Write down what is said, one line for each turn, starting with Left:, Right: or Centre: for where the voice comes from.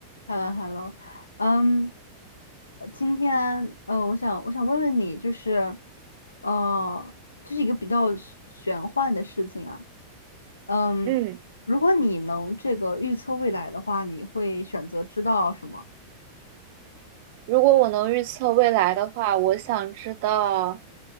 Left: Hello，Hello，嗯，呃今天呃，我想我想问问你，就是，呃，这是一个比较玄玄幻的事情啊，嗯，
Right: 嗯，
Left: 如果你能这个预测未来的话，你会选择知道什么？
Right: 如果我能预测未来的话，我想知道